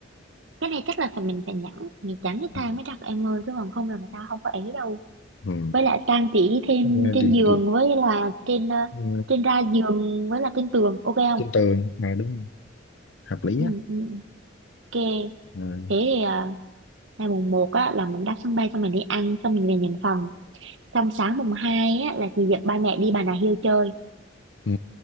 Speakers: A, on the right; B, on the left.
A: cái này chắc là phải mình phải nhắn mình nhắn người
B: ừ.
A: ta mới đặt em ơi chứ còn không là người ta không có ý đâu
B: Ừ.
A: với lại trang trí thêm
B: Ờ, Đi,
A: trên giường
B: đi,
A: với là trên ờ,
B: ờ,
A: trên ra giường với là trên tường ok không
B: trên tường à đúng không? hợp lý
A: ừ,
B: á
A: ừ, ok
B: à.
A: Thế thì à, ngày mùng một á, là mình đáp sân bay xong mình đi ăn xong mình về nhận phòng. Xong sáng mùng 2 á, là chị dẫn ba mẹ đi Bà Nà Hills chơi.
B: ừ.